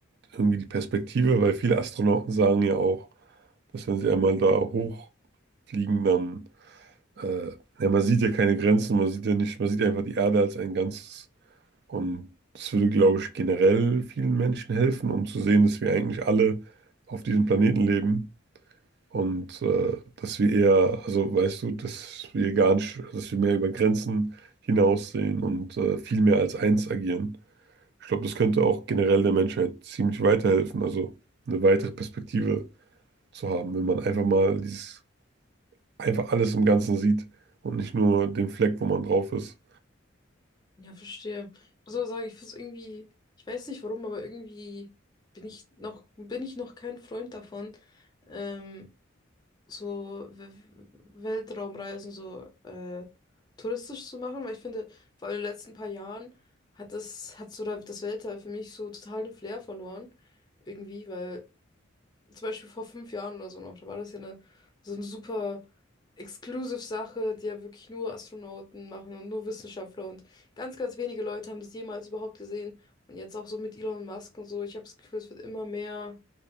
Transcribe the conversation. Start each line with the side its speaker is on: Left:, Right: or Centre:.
Right: irgendwie die Perspektive, weil viele Astronauten sagen ja auch, dass wenn sie einmal da hochfliegen, dann, äh, ja, man sieht ja keine Grenzen, man sieht ja nicht, man sieht einfach die Erde als ein Ganzes. Und das würde, glaube ich, generell vielen Menschen helfen, um zu sehen, dass wir eigentlich alle auf diesem Planeten leben und äh, dass wir eher, also weißt du, dass wir gar nicht, dass wir mehr über Grenzen hinaussehen und äh, viel mehr als eins agieren. Ich glaube, das könnte auch generell der Menschheit ziemlich weiterhelfen, also eine weitere Perspektive zu haben, wenn man einfach mal dieses, einfach alles im Ganzen sieht und nicht nur den Fleck, wo man drauf ist.
Left: Ja, verstehe. Ich muss aber sagen, ich finde es irgendwie, ich weiß nicht warum, aber irgendwie bin ich noch, bin ich noch kein Freund davon, ähm, so W- Weltraumreisen so äh, touristisch zu machen, weil ich finde, vor allem in den letzten paar Jahren hat das, hat so da- das Weltall für mich so total den Flair verloren, irgendwie, weil zum Beispiel vor fünf Jahren oder so noch, da war das ja eine, so eine super exclusive Sache, die ja wirklich nur Astronauten machen und nur Wissenschaftler und ganz, ganz wenige Leute haben das jemals überhaupt gesehen. Und jetzt auch so mit Elon Musk und so, ich habe das Gefühl, es wird immer mehr.